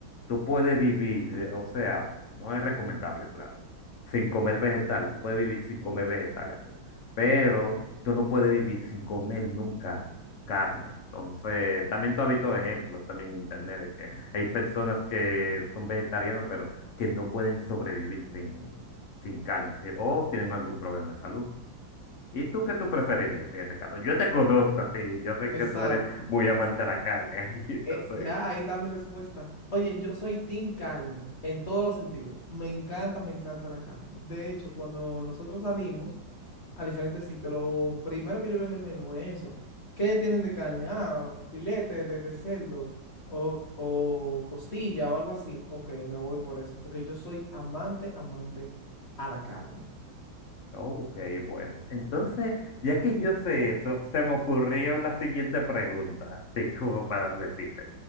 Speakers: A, on the left (about 85°); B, on the left (about 45°).
A: tú puedes vivir, eh, o sea, no es recomendable, claro, sin comer vegetal, tú puedes vivir sin comer vegetales, así. Pero tú no puedes vivir sin comer nunca carne. Entonces, también tú has visto ejemplos también en internet de que hay personas que son vegetarianos, pero que no pueden sobrevivir sin, sin carne, ¿sí? O tienen algún problema de salud. ¿Y tú qué tú preferirías en ese caso? Yo te conozco a ti, yo sé
B: Exacto.
A: que tú eres muy amante a la carne, <laughs> entonces
B: Eh, ya ahí está mi respuesta. Oye, yo soy team carne en todos los sentidos. Me encanta, me encanta la carne. De hecho, cuando nosotros salimos, a diferentes sitios. Lo primero que yo veo en el menú es eso. ¿Qué tienen de carne? Ah, filete de, de cerdo o, o costilla o algo así. Ok, me voy por eso, porque yo soy amante, amante a la carne.
A: Ok, bueno. Entonces, ya que yo sé eso, se me ocurrió la siguiente pregunta, <laughs> sí, como para decirte.